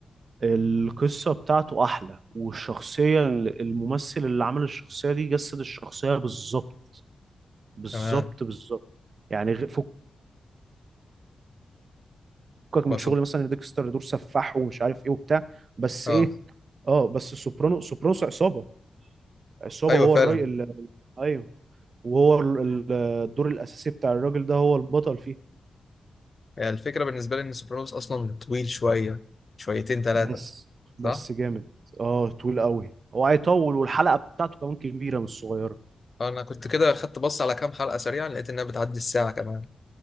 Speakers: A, on the right; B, on the left.
A: القصة بتاعته أحلى والشخصية الممثل اللي عمل الشخصية دي جسد الشخصية بالظبط بالظبط
B: تمام
A: بالظبط يعني غ- فكك من
B: هو
A: شغل مثلا ديكستر دور سفاح ومش عارف إيه وبتاع بس
B: اه
A: إيه اه بس سوبرانو سوبرانوس عصابة عصابة
B: ايوه
A: هو
B: فعلا
A: الراي ال- أيوه وهو ال- ال- الدور الأساسي بتاع الراجل ده هو البطل فيه
B: يعني الفكره بالنسبه لي ان سوبرانوس اصلا طويل شويه شويتين ثلاثه
A: بس
B: صح
A: بس جامد اه طويل قوي هو هيطول والحلقة بتاعته كمان كبيرة مش صغيرة
B: انا كنت كده خدت بص على كام حلقه سريعا لقيت انها بتعدي الساعه كمان